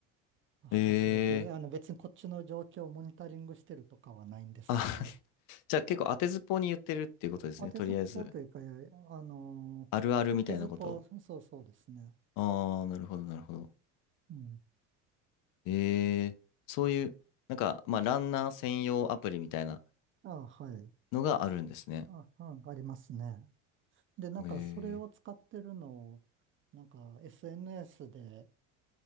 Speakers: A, on the right; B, on the left.
A: あ走れて、
B: えー、
A: あの別にこっちの状況をモニタリングしてるとかはないんですけど、
B: あ、<laughs> じゃあ結構当てずっぽうに言ってるっていうことですね。
A: 当てずっぽうというか、
B: とりあえず。
A: あの、
B: あるあるみたいなこと
A: 当てずっぽう、そうそうですね。
B: を。ああ、なるほど、なるほど。
A: うん。
B: ええ、そういう、なんか、まあ、ランナー専用アプリみたいな
A: あ、はい。
B: のがあるんですね。
A: あ、うん、ありますね。で、なんかそれを使ってるのを、
B: ええ、
A: なんか SNS で